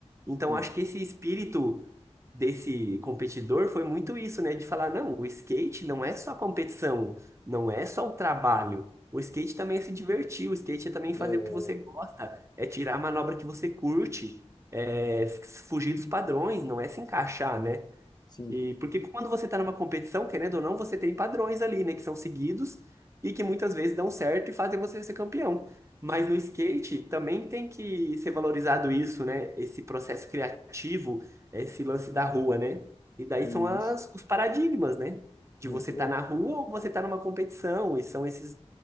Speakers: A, on the right; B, on the left.
A: Então,
B: sim,
A: acho que esse espírito desse competidor foi muito isso, né? De falar, não, o skate não é só competição, não é só o trabalho. O skate também é se divertir, o skate é também fazer
B: é,
A: o que você gosta, é tirar a manobra que você curte, é f- fugir dos padrões, não é se encaixar, né?
B: sim,
A: E porque quando você está numa competição, querendo ou não, você tem padrões ali, né, que são seguidos e que muitas vezes dão certo e fazem você ser campeão. Mas no skate também tem que ser valorizado isso, né? Esse processo criativo, esse lance da rua, né? E daí
B: e
A: são as,
B: isso,
A: os paradigmas, né? De
B: muito
A: você estar
B: bom.
A: na rua ou você estar numa competição, e são esses